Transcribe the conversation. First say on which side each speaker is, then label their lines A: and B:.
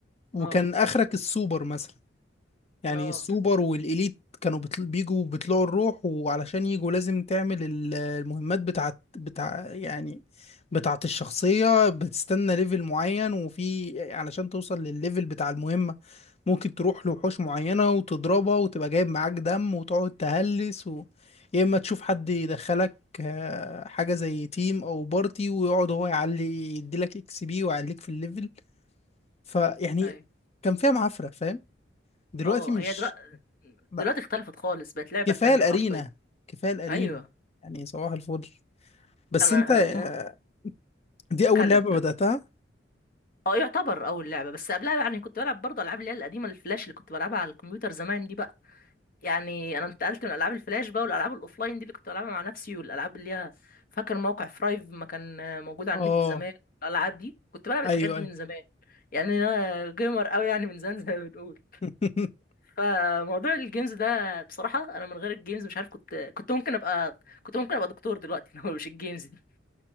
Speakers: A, on the left; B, on the left.
A: وكان
B: اه
A: اخرك السوبر مثلا يعني
B: اه
A: السوبر والإليت كانوا بتل... بيجوا بيطلعوا الروح وعلشان يجوا لازم تعمل ال- المهمات بتاعت بتاع يعني بتاعت الشخصية بتستنى ليفل معين وفي علشان توصل للليفل بتاع المهمة ممكن تروح لوحوش معينة وتضربها وتبقى جايب معاك دم وتقعد تهلس و... يا إما تشوف حد يدخلك آه، حاجة زي تيم أو بارتي ويقعد هو يعلي يديلك اكس بي ويعليك في الليفل فيعني
B: ايوه
A: كان فيها معفرة فاهم دلوقتي
B: اه
A: مش
B: هي دلوقتي
A: لا
B: دلوقتي اختلفت خالص بقت لعبة
A: كفايه
B: تانية
A: الارينا
B: حرفيا
A: كفايه الارينا
B: ايوه
A: يعني صباح الفل بس
B: انا
A: انت آه،
B: آه، في م...
A: دي
B: اتكلم
A: اول لعبه
B: اتكلم
A: بداتها
B: اه يعتبر اول لعبة بس قبلها يعني كنت بلعب برضه العاب اللي هي القديمة الفلاش اللي كنت بلعبها على الكمبيوتر زمان دي بقى يعني انا انتقلت من العاب الفلاش بقى والالعاب الاوفلاين دي اللي كنت بلعبها مع نفسي والالعاب اللي هي فاكر موقع فرايف ما كان آه، موجود على
A: اه
B: النت زمان الالعاب دي كنت بلعب الحاجات
A: ايوه
B: دي
A: ايوه
B: من زمان يعني انا جيمر قوي يعني من زمان زي ما بنقول
A: <laughs>
B: فموضوع الجيمز ده بصراحة أنا من غير الجيمز مش عارف كنت كنت ممكن أبقى كنت ممكن أبقى دكتور دلوقتي <laughs> لو مش الجيمز دي